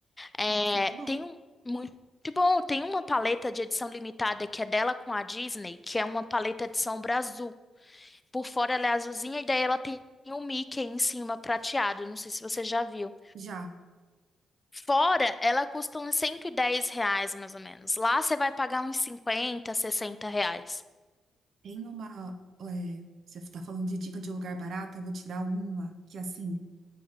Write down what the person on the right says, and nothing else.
Nossa, muito bom.
Já.
Tem uma. é, você está falando de dica de lugar barato, eu vou te dar uma que, assim,